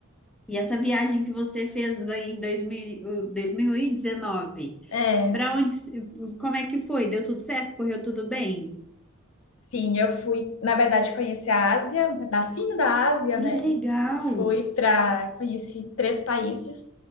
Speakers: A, in the centre; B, on the left.
A: e essa viagem que você fez daí em dois mil, o- dois mil e 2019,
B: é.
A: para onde, como é que foi? Deu tudo certo? Correu tudo bem?
B: Sim, eu fui, na verdade, conhecer a Ásia, um pedacinho da Ásia,
A: Que
B: né?
A: legal!
B: Fui para, conheci três países,